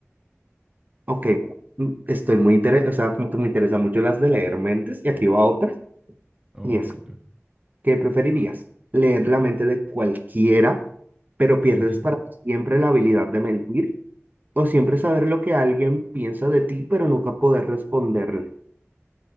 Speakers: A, on the right; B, on the right.
A: Ok, mm, estoy muy interesado, o sea, como que me interesan mucho las de leer mentes, y aquí va otra,
B: Ay, oh,
A: y es,
B: no.
A: ¿qué preferirías? ¿Leer la mente de cualquiera, pero pierdes
B: Uh -huh.
A: para siempre la habilidad de mentir? ¿O siempre saber lo que alguien piensa de ti, pero nunca poder responderle?